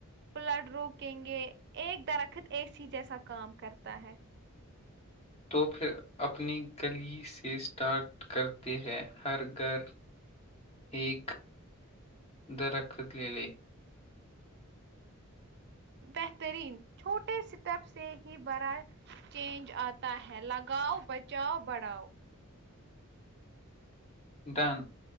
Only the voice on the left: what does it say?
تو پھر اپنی گلی سے اسٹارٹ کرتے ہیں ہر گھر ایک د ر رکھت لیل
ڈن